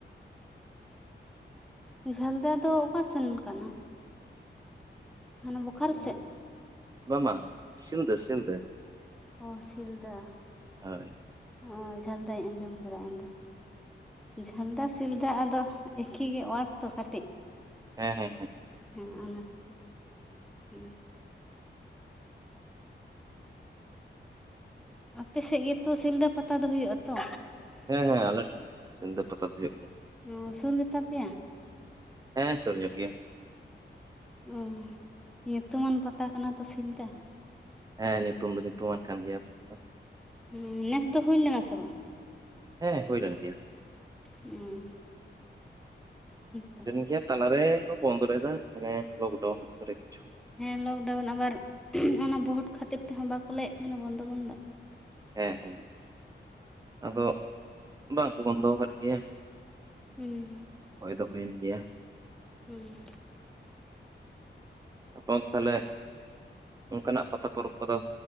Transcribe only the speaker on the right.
ᱦᱚᱭ
ᱵᱟᱝ ᱵᱟᱝ ᱥᱤᱞᱫᱟᱹ ᱥᱤᱞᱫᱟᱹᱼᱼ
ᱦᱳᱭ
ᱦᱮᱸ ᱦᱮᱸ ᱦᱮᱸ
ᱦᱮᱸ ᱦᱮᱸ ᱟᱞᱮ ᱥᱤᱞᱫᱟᱹ ᱯᱟᱛᱟ ᱫᱚ ᱦᱩᱭᱩᱜ ᱜᱮᱭᱟ
ᱦᱮᱸ ᱥᱩᱨ ᱧᱚᱜ ᱜᱮᱭᱟ
ᱦᱮᱸ ᱧᱩᱛᱩᱢ ᱫᱚ ᱧᱩᱛᱩᱢᱟᱱ ᱠᱟᱱ ᱜᱮᱭᱟ <unintelligible>
ᱦᱮᱸ ᱦᱩᱭ ᱞᱮᱱ ᱜᱮᱭᱟ ᱾
<unintelligible> ᱛᱟᱞᱟᱨᱮ ᱠᱚ ᱵᱚᱱᱫ ᱞᱮᱫᱟ ᱢᱟᱱᱮ ᱞᱚᱠᱰᱟᱻᱩᱱ ᱚᱠᱛᱚ ᱨᱮ ᱠᱤᱪᱷᱩ
ᱦᱮᱸ ᱦᱮᱸ ᱟᱫᱚ ᱵᱟᱝ ᱠᱚ ᱵᱚᱱᱫᱚ ᱟᱠᱟᱫ ᱜᱮᱭᱟ
ᱦᱳᱭ ᱫᱚ ᱦᱩᱭ ᱮᱱ ᱜᱮᱭᱟ
ᱟᱯᱮ ᱚᱱᱛᱮ ᱛᱟᱦᱚᱞᱮ ᱚᱱᱠᱟᱱᱟᱜ ᱯᱟᱛᱟ ᱯᱚᱨᱚᱵᱽ ᱠᱚᱫᱚ